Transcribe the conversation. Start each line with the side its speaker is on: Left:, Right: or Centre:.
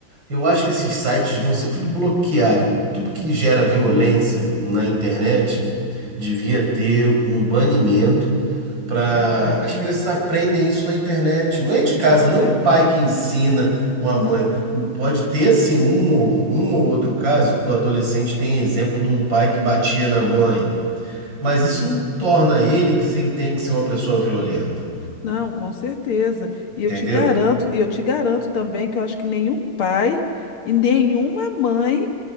Right: Eu acho que esses sites deviam ser tudo bloqueado. Tudo que gera violência na internet devia ter um banimento para
Left: verdade,
Right: as
Left: né?
Right: crianças aprendem isso na internet. Não é de
Left: Não,
Right: casa, não
Left: verdade.
Right: é um pai que ensina uma mãe. O- Pode ter sim um ou, um ou outro caso que o adolescente tem exemplo de um pai que batia na mãe mas isso não torna ele que se ele tem que ser uma pessoa violenta,
Left: Não, com certeza. E
Right: entendeu?
Left: eu te garanto, e eu te garanto também que eu acho que nenhum pai e nenhuma mãe